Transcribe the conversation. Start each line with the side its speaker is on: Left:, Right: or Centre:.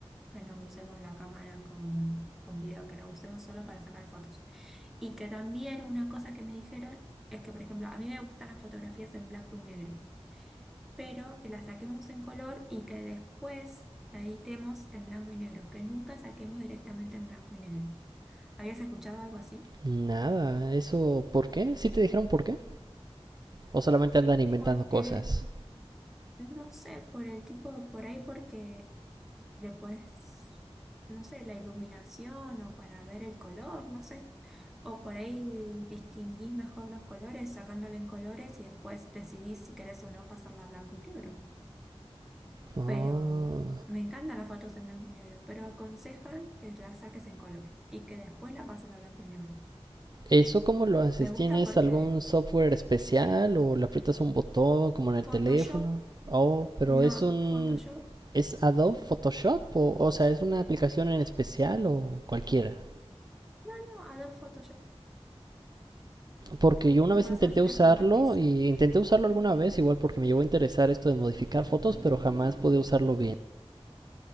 Centre: que no usemos la cámara con, con video, que la usemos solo para sacar fotos. Y que también una cosa que me dijeron es que, por ejemplo, a mí me gustan las fotografías en blanco y negro, pero que las saquemos en color y que después la editemos en blanco y negro, que nunca saquemos directamente en blanco y negro. ¿Habías escuchado algo así?
Right: Nada, eso, ¿por qué? ¿Sí te dijeron por qué? ¿O solamente andan inventando
Centre: Porque,
Right: cosas?
Centre: no sé, por el tipo, por ahí porque le puedes, no sé, la iluminación o para ver el color, no sé. O por ahí distinguís mejor los colores sacándole en colores y después decidís si querés o no pasarla a blanco y negro.
Right: Ah.
Centre: Pero me encantan las fotos en blanco y negro, pero aconsejan que las saques en color y que después la pases a blanco y negro.
Right: ¿Eso cómo lo haces?
Centre: Me gusta
Right: ¿Tienes
Centre: porque
Right: algún software especial o le aprietas un botón como en el teléfono?
Centre: Photoshop,
Right: Oh, pero
Centre: no,
Right: es un...
Centre: Photoshop,
Right: ¿Es Adobe Photoshop? O, o sea, ¿es una aplicación en especial o cualquiera?
Centre: no, Adobe Photoshop,
Right: Porque yo una
Centre: lo
Right: vez
Centre: pasás
Right: intenté
Centre: y
Right: usarlo
Centre: las convertís.
Right: y intenté usarlo alguna vez igual porque me llegó a interesar esto de modificar fotos, pero jamás pude usarlo bien.